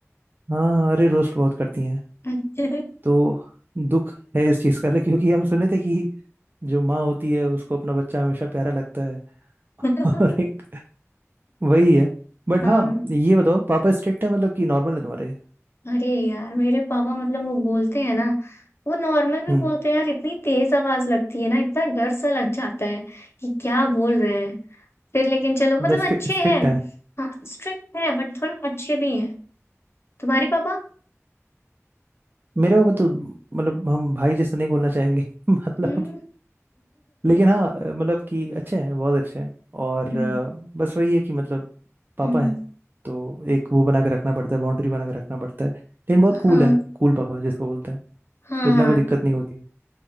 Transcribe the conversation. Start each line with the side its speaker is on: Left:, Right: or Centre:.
Right: हाँ हाँ, अरे रोस्ट बहुत करती हैं
Left: <laughs>
Right: तो दुख है इस चीज़ का <laughs> लेकिन क्योंकि हम सुने थे कि जो माँ होती है उसको अपना बच्चा हमेशा प्यारा लगता है
Left: <laughs>
Right: <laughs> और एक वही है बट
Left: हाँ
Right: हाँ ये बताओ पापा स्ट्रिक्ट है मतलब कि नॉर्मल है तुम्हारे
Left: अरे यार मेरे पापा मतलब वो बोलते हैं ना वो नॉर्मल में
Right: हम्म
Left: बोलते हैं यार इतनी तेज आवाज लगती है ना इतना डर सा लग जाता है कि क्या बोल रहे हैं फिर लेकिन चलो मतलब
Right: मतलब
Left: अच्छे
Right: स्ट्रिक्ट स्ट्रिक्ट
Left: हैं
Right: है
Left: हाँ स्ट्रिक्ट है बट थोड़े अच्छे भी हैं तुम्हारे पापा
Right: मेरे पापा तो मतलब हम भाई जैसा नहीं बोलना चाहेंगे <laughs> मतलब
Left: हम्म
Right: लेकिन
Left: <laughs>
Right: हाँ अ, मतलब कि अच्छे हैं बहुत अच्छे हैं और
Left: हम्म
Right: अ, बस वही है कि मतलब पापा
Left: हम्म,
Right: हैं तो एक वो बना के रखना पड़ता है बाउंड्री बना के रखना पड़ता है लेकिन बहुत कूल
Left: हाँ
Right: है कूल पापा जिसको बोलते हैं
Left: हाँ
Right: उतना
Left: हाँ
Right: कोई दिक्कत नहीं होती है